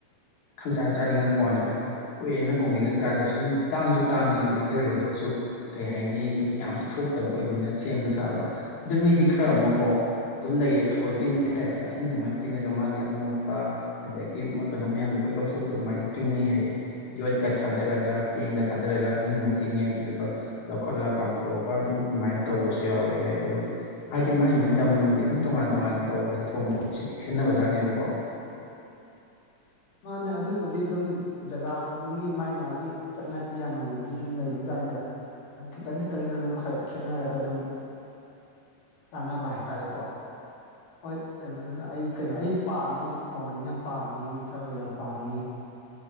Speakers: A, on the left (about 65°); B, on the left (about 80°).
A: ꯈꯪꯆꯥꯥ ꯆꯥꯅꯤꯡꯉꯛꯄ꯭ꯋꯥꯅꯤꯗ ꯀꯨꯏꯔꯦꯅ ꯀꯣꯡꯒ꯭ꯔꯦꯡꯒ ꯆꯥꯗ ꯁꯤ ꯑꯗꯨꯝ ꯇꯥꯡꯁꯨ ꯇꯥꯡꯉꯦ ꯑꯗꯒꯤ ꯂꯩꯔꯨꯔꯒꯁꯨ ꯀꯩ ꯍꯥꯏꯅꯤ ꯑꯗꯨꯝ ꯌꯥꯝꯁꯨ ꯊꯣꯛꯇꯕ ꯑꯣꯏꯕꯅꯤꯅ ꯁꯦꯝꯕ ꯁꯥꯕ ꯑꯗꯨ ꯃꯤꯗꯤ ꯈꯔ ꯑꯃꯀꯣ ꯑꯗꯨꯝ ꯂꯩꯌꯦ ꯊꯔꯣꯏ ꯇꯤꯡꯕꯒꯤ ꯇꯥꯏꯞꯇ ꯑꯍꯤꯡ ꯑꯃ ꯇꯤꯡꯉꯒ ꯃꯥꯒꯤ ꯑꯃꯣꯠꯄ ꯑꯗꯒꯤ ꯀꯩꯅꯣ ꯃꯌꯥꯝꯗꯣ ꯂꯣꯏ ꯂꯧꯊꯣꯛꯄ ꯑꯗꯨꯃꯥꯏꯅ ꯇꯤꯡꯅꯩ ꯍꯥꯏꯌꯦ ꯌꯣꯠꯀ ꯊꯥꯗꯔꯒ ꯆꯦꯡꯒ ꯊꯥꯗꯔꯒ ꯑꯍꯤꯡ ꯑꯃ ꯇꯤꯡꯉꯦ ꯑꯗꯨꯗꯨꯒ ꯂꯧꯈꯠꯂꯒ ꯀꯥꯝꯊꯣꯛꯑꯒ ꯑꯗꯨꯝ ꯑꯗꯨꯃꯥꯏꯅ ꯇꯧꯕꯁꯨ ꯌꯥꯎꯋꯤ ꯍꯥꯏ ꯑꯗꯣ ꯍꯥꯏꯗꯤ ꯃꯥꯏ ꯃꯥꯏ ꯂꯝ ꯂꯝꯒꯤ ꯑꯗꯨꯝ ꯇꯣꯉꯥꯟ ꯇꯣꯉꯥꯟꯅ ꯇꯧꯕ ꯍꯥꯏ ꯊꯣꯡꯕꯁ ꯈꯦꯠꯅꯕ ꯖꯥꯠꯅꯦꯕꯀꯣ
B: ꯃꯥꯅꯦ ꯑꯗꯨꯕꯨꯗꯤ ꯑꯗꯨꯝ ꯖꯒꯥ ꯈꯨꯗꯤꯡꯒꯤ ꯃꯥꯏ ꯃꯥꯒꯤ ꯆꯠꯅꯕꯤ ꯑꯥꯝꯃꯝꯗꯤ ꯑꯗꯨꯝ ꯂꯩꯕꯖꯥꯟꯗ ꯈꯤꯇꯪ ꯈꯤꯇꯪꯗ ꯑꯗꯨꯝ ꯈꯔ ꯈꯦꯠꯅꯔꯒ ꯑꯗꯨꯝ ꯆꯥꯅꯕ ꯍꯥꯏꯇꯥꯔꯦꯀꯣ ꯍꯣꯏ ꯀꯩꯅꯣꯁꯨ ꯑꯩ ꯀꯩꯅꯣ ꯑꯩ ꯄꯥꯝꯃꯦ ꯑꯩꯁꯨ ꯀꯣꯡꯒ꯭ꯔꯦꯡ ꯌꯥꯝ ꯄꯥꯝꯃꯤ ꯊꯔꯣꯏ ꯌꯥꯝ ꯄꯥꯝꯃꯤ